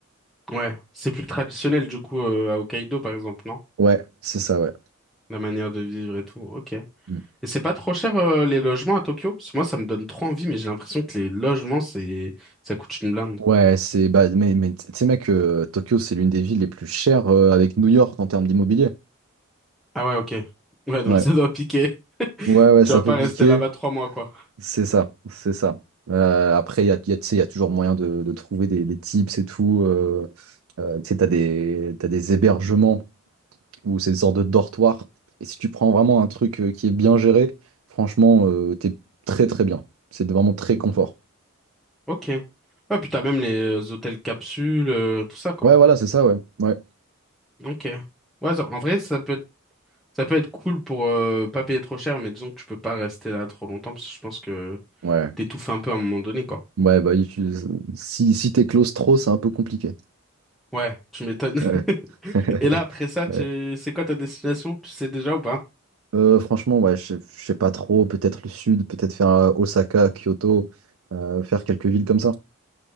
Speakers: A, in the centre; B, on the right.
A: Ouais. C'est plus traditionnel du coup euh, à Hokkaido par exemple, non?
B: Ouais, c'est ça, ouais.
A: La manière de vivre et tout. Ok. Et
B: Mm.
A: c'est pas trop cher euh, les logements à Tokyo? Parce que moi, ça me donne trop envie, mais j'ai l'impression que les logements, c'est ça coûte une blinde.
B: Ouais, c'est bah mais, mais tu sais mec, euh, Tokyo c'est l'une des villes les plus chères euh, avec New York en termes d'immobilier.
A: Ah ouais, ok. Ouais, donc
B: Ouais.
A: ça doit piquer.
B: Ouais, ouais,
A: Tu
B: ça
A: vas
B: peut
A: pas
B: piquer,
A: rester là-bas trois mois, quoi.
B: c'est ça, c'est ça. Euh, après, il y a, il y a, tu sais, il y a toujours moyen de, de trouver des, des tips et tout. euh, euh, tu sais, t'as des, t'as des hébergements ou ces sortes de dortoirs. Et si tu prends vraiment un truc euh, qui est bien géré, franchement, euh, t'es très très bien. C'est vraiment très confort.
A: Ok. Ouais, puis t'as même les euh, hôtels capsules, euh, tout ça, quoi.
B: Ouais, voilà, c'est ça, ouais. Ouais.
A: Ok. Ouais, ça- en vrai, ça peut être, ça peut être cool pour euh, pas payer trop cher, mais disons que tu peux pas rester là trop longtemps parce que je pense que
B: Ouais.
A: t'étouffes un peu à un moment donné, quoi.
B: Ouais, bah, il- tu- si, si t'es close trop c'est un peu compliqué.
A: Ouais, tu m'étonnes. <laughs>
B: Ouais. <laughs>
A: Et là, après ça, tu...
B: Ouais.
A: c'est quoi ta destination? Tu sais déjà ou pas?
B: Euh, franchement, ouais, je je sais pas trop. Peut-être le sud, peut-être faire euh, Osaka, Kyoto, euh, faire quelques villes comme ça.